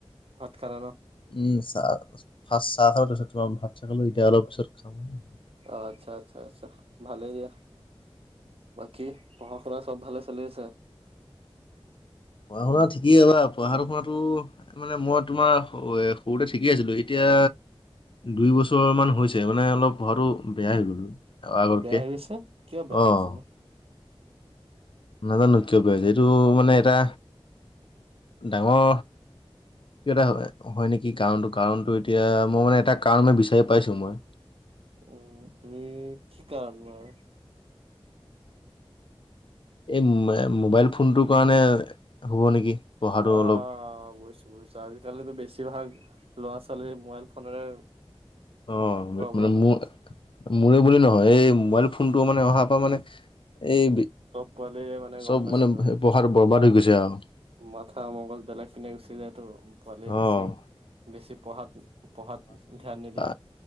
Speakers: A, on the right (about 70°); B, on the left (about 55°).
A: ভাত খালা ন'?
B: উম, চাহ ফাৰ্ষ্ট চাহ খালো তাৰ পাছত তোমাৰ ভাত খালো এতিয়া অলপ পিছত খাম আৰু।
A: অ', আচ্ছা। আচ্ছা, আচ্ছা, ভালেই দিয়া। বাকী, পঢ়া-শুনা চব ভালে চলি আছে?
B: পঢ়া-শুনা ঠিকেইে, ৰ'বা পঢ়া-শুনাটো মানে মই তোমাৰ সৰুতে ঠিকেই আছিলোঁ। এতিয়া দুইবছৰ মান হৈছে, মানে অলপ পঢ়াটো বেয়া হৈ গ'ল। আগতকে,
A: বেয়া হৈ গৈছে? কিয় বেয়া হৈ
B: অ'।
A: গৈছে নো?
B: নাজানো কিয় বেয়া হৈছে। এইটো মানে, এটা ডাঙৰ এটা হয়, নেকি কাৰণটো, কাৰণটো এতিয়া মই এটা কাৰণ মই বিচাৰি পাইছোঁ মই।
A: উম, তুমি কি কাৰণ বাৰু?
B: এই মোবাইল ফোনটোৰ কাৰণে হ'ব নেকি! পঢ়াটো
A: অ',
B: অলপ
A: বুজিছো, বুজিছো। আজিকালিতো বেছিভাগ ল'ৰা-ছোৱালী মোবাইল ফোনেৰে
B: অ',
A: প্ৰব্লেম
B: মো-মোৰে
A: হয়
B: বুলি নহয়, এই মোবাইল ফোনটো
A: উম,
B: মানে অহা পা মানে এই
A: চব পোৱালিৰে
B: চব
A: গম পাইছো
B: মানে
A: অ'।
B: পঢ়াটো
A: মাথা
B: বৰবাদ হৈ গৈছে আৰু।
A: মাথা মগজ বেলেগ পিনে গুচি যায়টো, পোৱালিয়ে বেছি
B: অ
A: বেছি পঢ়াত-পঢ়াত ধ্যান নিদিয়ে।
B: আ,